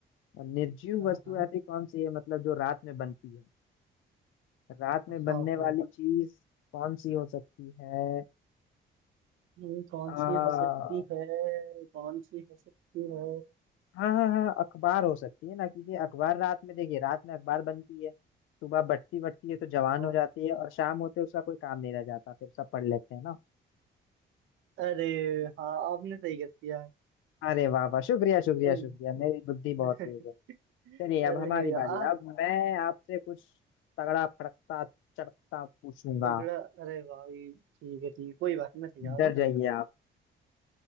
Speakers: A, on the left; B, on the right.
A: और निर्जीव
B: हाँ
A: वस्तु
B: हाँ
A: ऐसी कौन सी है मतलब जो रात में बनती है रात में बनने
B: हाँ
A: वाली
B: हाँ
A: चीज कौन सी हो सकती है
B: हम्म, कौन
A: आ,
B: सी हो सकती है कौन सी हो सकती है
A: हाँ हाँ हाँ अखबार हो सकती है ना क्योंकि अखबार रात में देखिए रात में अखबार बनती है सुबह बटती बटती है तो जवान
B: हाँ
A: हो जाती है और शाम होते उसका कोई काम नहीं रह जाता फिर सब पढ़ लेते हैं ना
B: अरे हाँ आपने सही गेस किया है
A: अरे वाह वाह शुक्रिया शुक्रिया
B: चलिए
A: शुक्रिया मेरी बुद्धि बहुत
B: <laughs>
A: तेज है चलिए अब
B: अरे
A: हमारी बारी
B: आप
A: अब मैं आपसे कुछ तगड़ा फड़कता चड़कता पूछूंगा
B: तगड़ा अरे भाई ठीक है ठीक है कोई बात नहीं मैं तैयार
A: डर
B: हूँ
A: जाइए आप